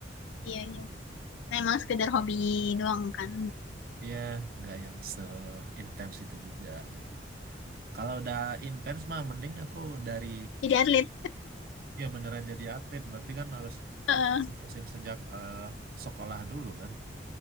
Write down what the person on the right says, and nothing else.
Iya, nggak yang seintens itu juga gitu. Kalau udah intens mah mending aku dari
ya beneran jadi atlet berarti kan harus
fokusin sejak eh, sekolah dulu kan